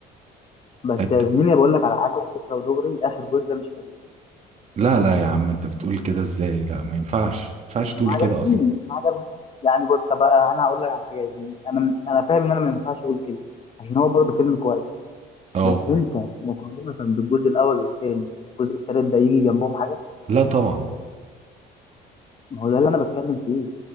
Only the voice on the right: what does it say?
ات...
لا لا يا عم أنت بتقول كده إزاي لا ما ينفعش ما ينفعش تقول
كده أصلا
اه
لا طبعا